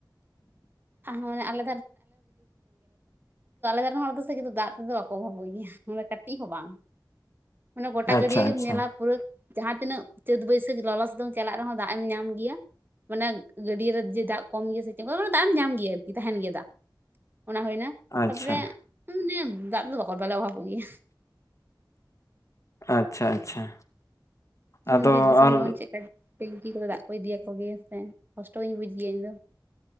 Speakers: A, on the right; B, on the left.
A: <unintelligible> ᱠᱤᱱᱛᱩ ᱟᱞᱮ ᱫᱷᱟᱨᱮ ᱨᱮᱱ ᱦᱚᱲ ᱫᱚ ᱥᱮ <unintelligible> ᱠᱤᱱᱛᱩ ᱫᱟᱜ ᱛᱮᱫᱚ ᱵᱟᱠᱚ ᱚᱵᱷᱟᱵᱚᱜ ᱜᱮᱭᱟ ᱢᱟᱱᱮ ᱠᱟᱹᱴᱤᱡ ᱦᱚᱸ ᱵᱟᱝ ᱢᱟᱱᱮ ᱜᱚᱴᱟ
B: ᱟᱪᱪᱷᱟ
A: ᱜᱟᱹᱰᱭᱟᱹ ᱜᱮᱢ
B: ᱟᱪᱪᱷᱟ
A: ᱧᱮᱞᱟ ᱯᱩᱨᱟᱹ ᱡᱟᱦᱟᱸ ᱛᱤᱱᱟᱹᱜ ᱪᱟᱹᱛ ᱵᱟᱹᱭᱥᱟᱹᱠᱷ ᱞᱚᱞᱚ ᱥᱤᱛᱩᱝ ᱪᱟᱞᱟᱜ ᱨᱮᱦᱚᱸ ᱫᱟᱜ ᱮᱢ ᱧᱟᱢ ᱜᱮᱭᱟ ᱢᱟᱱᱮ ᱜᱟᱹᱰᱤᱭᱟ ᱨᱮ ᱡᱮ ᱫᱟᱜ ᱠᱚᱢ ᱜᱮᱭᱟ ᱥᱮ ᱪᱮᱫ <unintelligible> ᱫᱟᱜ ᱮᱢ ᱧᱟᱢ ᱜᱮᱭᱟ ᱟᱨᱠᱤ ᱛᱟᱦᱮᱱ ᱜᱮᱭᱟ ᱫᱟᱜ ᱚᱱᱟ ᱦᱩᱭᱱᱟ
B: ᱟᱪᱪᱷᱟ
A: ᱛᱟᱯᱚᱨᱮᱼᱼ <unintelligible> ᱚᱵᱷᱟᱵᱚᱜ ᱜᱮᱭᱟ
B: ᱟᱪᱪᱷᱟ ᱟᱪᱪᱷᱟ
A: ᱡᱮᱢᱚᱱ
B: ᱟᱫᱚ
A: ᱵᱤᱨ ᱫᱤᱥᱚᱢ
B: ᱟᱨ
A: ᱡᱮᱢᱚᱱ ᱪᱮᱫᱠᱟ ᱴᱮᱝᱠᱤ ᱠᱚᱫᱚ ᱫᱟᱜ ᱠᱚ ᱤᱫᱤᱭ ᱟᱠᱚ ᱜᱮᱭᱟ ᱥᱮ ᱠᱚᱥᱴᱚ ᱜᱤᱧ ᱵᱩᱡ ᱜᱮᱭᱟ ᱤᱧ ᱫᱚᱼᱼ